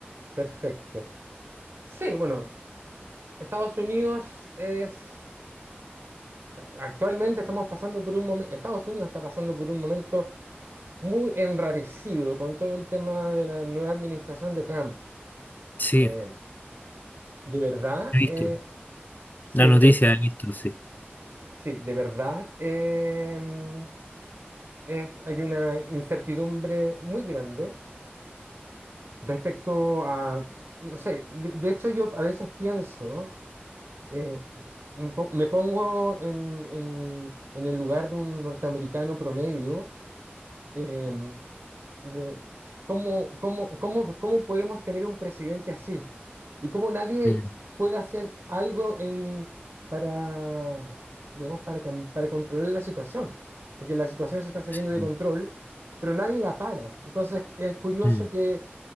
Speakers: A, on the right; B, on the left.
A: Perfecto. Sí, bueno, Estados Unidos es... o sea, Actualmente estamos pasando por un momento, Estados Unidos está pasando por un momento muy enrarecido con todo el tema de la nueva administración de Trump.
B: Sí,
A: Eh, de verdad,
B: he visto.
A: eh, sí,
B: La
A: de,
B: noticia he visto, sí.
A: Sí, de verdad, em, es- hay una incertidumbre muy grande respecto a, no sé, de, de hecho yo a veces pienso, eh, me po- me pongo en, en- en el lugar de un norteamericano promedio em, me- ¿cómo, cómo, cómo, cómo podemos tener un presidente así? Y cómo nadie
B: Mm,
A: puede hacer algo en, para, digamos, para, cam- para controlar la situación, porque la situación se está saliendo
B: sí.
A: de control, pero nadie la para. Entonces es curioso
B: Mm,
A: que,